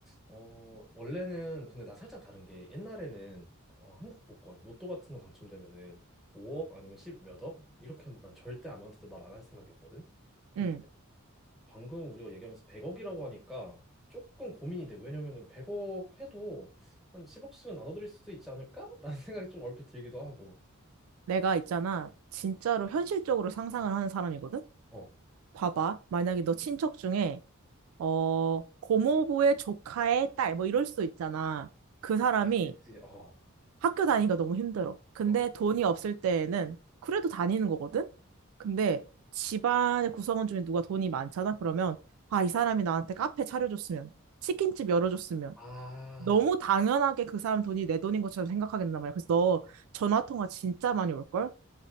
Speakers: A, in the centre; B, on the right.
A: 어, 원래는, 근데 나 살짝 다른 게, 옛날에는, 어, 한국 복권, 로또 같은 거 당첨되면은 5억 아니면 10 몇억? 이렇게 하면 난 절대 아무한테도 말 안 할 생각이었거든? 근데
B: 응.
A: 방금 우리가 얘기하면서 100억이라고 하니까 조금 고민이 돼. 왜냐면은 100억 해도 한 10억씩은 나눠드릴 수도 있지 않을까? 라는 <laughs> 생각이 좀 얼핏 들기도 하고.
B: 내가 있잖아. 진짜로 현실적으로 상상을 하는 사람이거든.
A: 어,
B: 봐봐. 만약에 너 친척 중에, 어, 고모부의 조카의 딸, 뭐 이럴 수도 있잖아. 그 사람이
A: 그치, 어,
B: 학교 다니기가 너무 힘들어. 근데
A: 어.
B: 돈이 없을 때에는 그래도 다니는 거거든? 근데 집안의 구성원 중에 누가 돈이 많잖아? 그러면, 아, 이 사람이 나한테 카페 차려줬으면, 치킨집 열어줬으면,
A: 아,
B: 너무 당연하게 그 사람 돈이 내 돈인 것처럼 생각하겠단 말이야. 그래서 너 전화통화 진짜 많이 올걸?